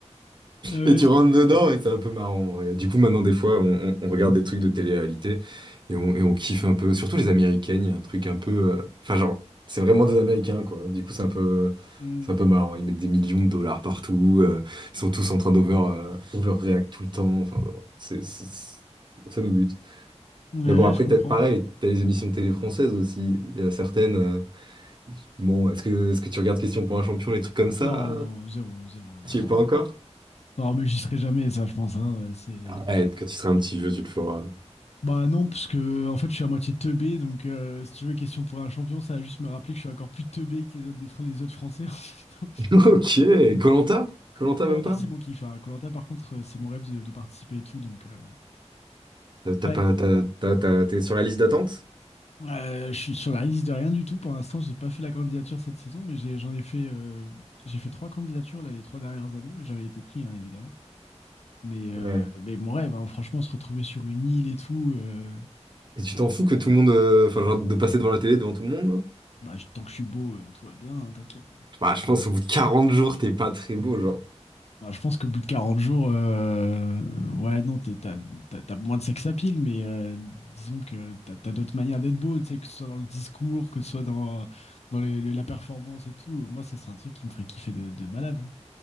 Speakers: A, on the left; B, on the right.
A: je
B: Et tu rentres
A: comprends.
B: dedans
A: Ouais.
B: et c'est un peu marrant. Et du coup, maintenant, des fois, on, on- on regarde des trucs de télé-réalité et on, et on kiffe un peu. Surtout les Américaines, il y a un truc un peu. euh, Enfin, genre, c'est vraiment des Américains, quoi. Du coup, c'est un peu.
A: Mm.
B: C'est un peu marrant, ils mettent des millions de dollars partout, euh, ils sont tous en train d'over, euh, overreact tout le temps, enfin, voilà. c'est, c'est- ça nous bute.
A: Ouais,
B: Mais bon, après,
A: je comprends.
B: t'as- pareil, t'as les émissions télé françaises aussi, il y a certaines. euh, Bon, est-ce que, est-ce que tu regardes Question pour un champion, les trucs comme ça?
A: Non, non, zéro, zéro, zéro.
B: Tu y es pas
A: hein.
B: encore?
A: Non, mais j'y serai jamais, ça, je pense. hein, ouais, c'est...
B: Arrête, quand tu seras un petit vieux, tu le feras.
A: Bah non, parce que en fait, je suis à moitié teubé, donc euh, si tu veux, question pour un champion, ça va juste me rappeler que je suis encore plus teubé que les autres, des Fran- les autres Français. <laughs> Donc,
B: <laughs> Ok, Colanta Colanta
A: koh
B: même pas?
A: c'est mon kiff. Koh-Lanta, par contre, euh, c'est mon rêve de, de participer et tout, donc... euh,
B: Euh, T'as
A: Ouais,
B: pas, t'as- t'as- t'as- t'es sur la liste d'attente?
A: Euh, je suis sur la liste de rien du tout. Pour l'instant, j'ai pas fait la candidature cette saison, mais j'ai- j'en ai fait, euh, j'ai fait trois candidatures là, les trois dernières années. J'avais été pris, hein, évidemment. Mais, euh,
B: Ouais.
A: mais mon rêve, hein, franchement, se retrouver sur une île et tout. euh,
B: Et tu t'en fous que tout le monde, euh, enfin, genre, de passer devant la télé, devant tout le monde? là
A: bah, je- tant que je suis beau, euh, tout va bien, hein, t'inquiète. hein.
B: Bah, je pense au bout de 40 jours, t'es pas très beau, genre.
A: Bah, je pense qu'au bout de 40 jours, euh, ouais, non, t'es- t'as, t'as, t'as moins de sex appeal, mais euh, disons que t'as, t'as d'autres manières d'être beau, tu sais, que ce soit dans le discours, que ce soit dans, dans les- les- la performance et tout. Moi, ça, c'est un truc qui me ferait kiffer de, de malade.